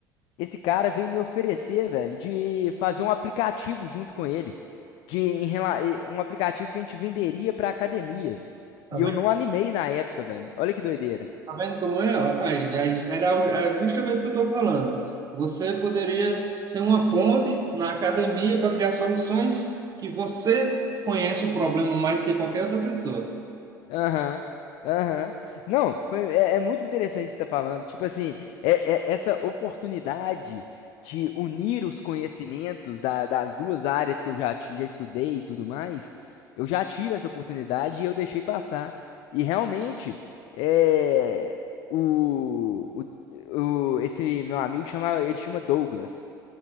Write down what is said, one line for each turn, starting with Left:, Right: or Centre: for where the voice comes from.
Left: Esse cara veio me oferecer, velho, de fazer um aplicativo junto com ele, de em rela- eh, um aplicativo que a gente venderia pra academias.
Right: tá
Left: E eu não animei na época, velho. Olha que doideira.
Right: Tá vendo como é? Aí, aí era, o- era justamente o que eu estou falando. Você poderia ser uma ponte na academia para criar soluções que você conhece o problema mais do que qualquer outra pessoa.
Left: Aham, aham. Não, foi, é, é muito interessante isso que você está falando. Tipo assim, é, é essa oportunidade de unir os conhecimentos da- das duas áreas que eu já, ti- já estudei e tudo mais, eu já tive essa oportunidade e eu deixei passar. E realmente, é, o, o, o- esse meu amigo chama, ele chama Douglas.